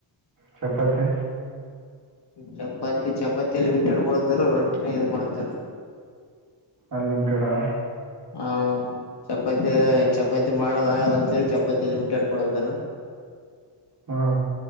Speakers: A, on the right; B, on the left.
A: ಚಪತ್ತೆ
B: ಚಪಾತಿ ಚಪಾತಿ ಲಿಮಿಟೆಡ್ ಬಡದರು ರೊಟ್ಟಿನ ಇ್ ಮಾಡರು
A: ಅನ್ಲಿಮಿಟೆಡಾ
B: ಹಾ ಚಪಾತಿ ಚಪಾತಿ ಮಾಡದ ಆಗಲ್ಲ ಅಂತ ಹೇಳಿ ಚಪಾತಿ ಲಿಮಿಟೆಡ್ ಕೊಡಂದರು
A: ಹ್ಮ